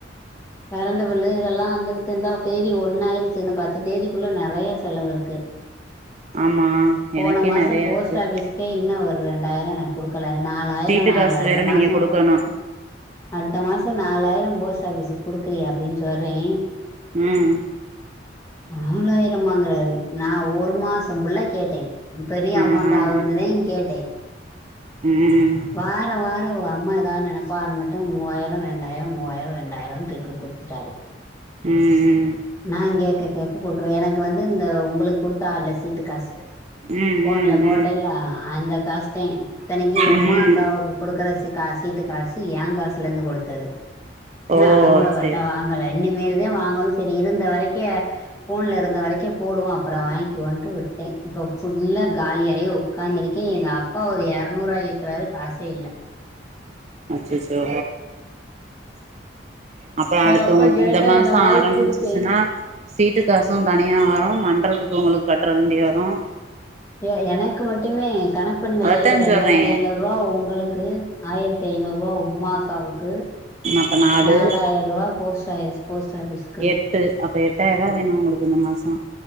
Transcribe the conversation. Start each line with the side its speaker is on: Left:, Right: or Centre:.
Left: கரண்டு பில்லு இதெல்லா வந்துருச்சுந்தா தேதி ஒண்ணாயிருச்சு இன்னு பத்து தேதிக்குள்ள நெறையா செலவிருக்கூ
Right: ஆமா
Left: போன
Right: எனக்கே
Left: மாசோ
Right: நெறையா
Left: போஸ்ட்
Right: இருக்கு
Left: ஆபிஸ்கே இன்னு ஒரு ரெண்டாயிரோ எனக் குடுக்கல நாலாயிரோ
Right: சீட்டு
Left: நா
Right: காசு
Left: அடுத்த
Right: வேற
Left: மாசோ
Right: நீங்க குடுக்கணு
Left: அடுத்த மாசோ நாலாயிரோ போஸ்ட் ஆபிஸுக் குடுக்கலியே அப்டின் சொல்றே
Right: உம்
Left: நாலாயிரமாங்குறாரு நா ஓரு மாசோ புல்லா கேட்டே பெரிய
Right: ஆ
Left: அமௌண்ட்
Right: ஆ ம்
Left: ஆகுன்னுதே கேட்டே
Right: <unintelligible>
Left: வார வார ஒ அம்மா ஏதாது நினப்பாங்கண்ட்டு மூவாயிரம் ரெண்டாயிர மூவாயிர ரெண்டாயிரன் தேக்கு குடுத்துட்டாரு
Right: ம் ம்
Left: நா கேக்க கேக்க குடுக்க எனக்கு வந்து இந்த உங்களுக்கு குடுத்தால்லு சீட்டு காசு
Right: ம்
Left: போன்ல போட்டேன்ல்ல
Right: ம்
Left: அந்த காசுதே இத்தனைக்கும் உமாக்காவுக்
Right: ம்
Left: குடுக்குற கா சீட்டு காசு ஏ காசுல இருந்து குடுத்தது இன்னும்
Right: ஓ
Left: அதங் கூட அவர்ட்ட
Right: சேரி
Left: வாங்க
Right: சேரி
Left: அத இன்னிமேல்தான் வாங்கனும் சி சேரி இருந்த வரைக்கே போன்ல இருந்த வரைக்கும் போடுவோம் அப்புரோ வாங்கிவோம்ன்னு விட்டேன் இப்போ ஃபுல்லா காலியாயி உட்காந்துருக்கே எங்க அப்பா ஒரு எறநூறுவா கேக்குறாரு காசே இல்ல
Right: அச்சச்சோ அப்ப அடுத்து
Left: எங்க அப்பா
Right: உங்களுக்கு
Left: கேட்டா
Right: இந்த மாசோ
Left: என்னமாது
Right: ஆரம்பிச்சிச்சுன்னா
Left: குடுப்பே
Right: சீட்டு காசும் தனியா வரும் மண்றதுக்கு உங்களுக்கு கட்டுற வேண்டி வரும்
Left: ய எனக்கு மட்டுமே கணக் ப்பண்ணுங்களே
Right: அதத்தா
Left: ஏது ரெண்டாயிரத்தி
Right: சொல்றே
Left: ஐநூறு ரூவா உங்களுக்கு ஆயிரத்தி ஐநூறு ரூவா உமாக்காவுக்கு
Right: அப்ப ஆ நாலு
Left: நாலாயிரூவா போஸ்ட் ஆய்ஸ் போஸ்ட ஆஃபீஸ்
Right: எட்டு அப்போ எட்டாயிரூவா வேணும் உங்களுக்கு இந்த மாசம்